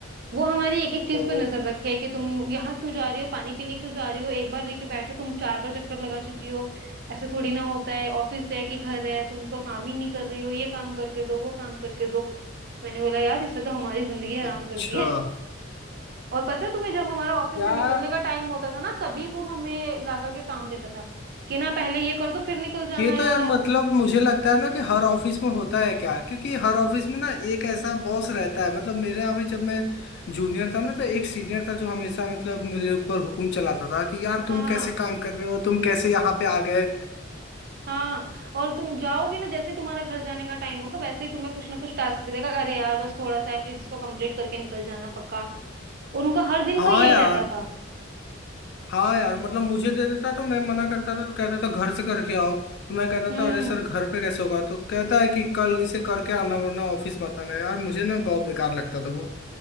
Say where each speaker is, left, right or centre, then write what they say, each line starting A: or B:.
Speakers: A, on the right (about 50°); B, on the left (about 55°).
A: वो हमारी एक एक चीज
B: ओ
A: पे नजर रखे कि तुम यहाँ क्यों जा रही हो पानी पीने क्यों जा रही हो एक बार लेके बैठो तुम चार बार चक्कर लगा चुकी हो ऐसे थोड़ी ना होता है ऑफिस है कि घर है तुम तो काम ही नहीं कर रही हो ये काम करके दो वो काम करके दो मैंने बोला यार इसने तो हमारी जिंदगी हराम
B: अच्छा
A: कर दी है <laughs> और पता है तुम्हें जब हमारा ऑफिस
B: यार
A: से निकलने का टाइम होता था ना तभी वो हमें लाकर के काम देता था कि ना पहले ये कर दो फिर निकल जाना
B: ये
A: यार
B: तो यार मतलब मुझे लगता है ना कि हर ऑफिस में होता है क्या क्योंकि हर ऑफिस में ना एक ऐसा बॉस रहता है मतलब मेरे यहाँ भी जब मैं जूनियर था ना तो एक सीनियर था जो हमेशा मतलब मुझे ऊपर हुकुम चलाता था कि यार
A: हाँ
B: तुम कैसे काम कर रहे हो तुम कैसे यहाँ पे आ गए
A: हाँ और तुम जाओगे ना जैसे तुम्हारा घर जाने का टाइम होगा वैसे ही तुम्हें कुछ ना कुछ टास्क दे देगा अरे यार बस थोड़ा सा है प्लीज इसको कंप्लीट करके निकल जाना पक्का और उनका हर दिन
B: हाँ
A: का यही
B: यार
A: रहता था
B: हाँ यार मतलब मुझे दे देता तो मैं मना करता था तो कहता था घर से करके आओ तो मैं कहता
A: हम्म
B: था अरे सर घर पे कैसे होगा तो कहता है कि कल इसे करके आना वरना ऑफिस मत आना यार मुझे ना बहुत बेकार लगता था वो